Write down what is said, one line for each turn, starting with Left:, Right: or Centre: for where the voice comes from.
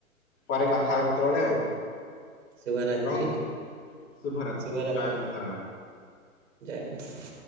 Left: ପରେ କଥା ହବା କେତେବେଳେ ଆଉ।
Right: ଶୁବ ରାତ୍ରି
Left: ରହୁଛି ଶୁଭରାତ୍ରି
Right: ଶୁବ ରାତ୍ରି।
Left: ଜୟ ମା ସାରଳା।
Right: ଜୟ ମାତା।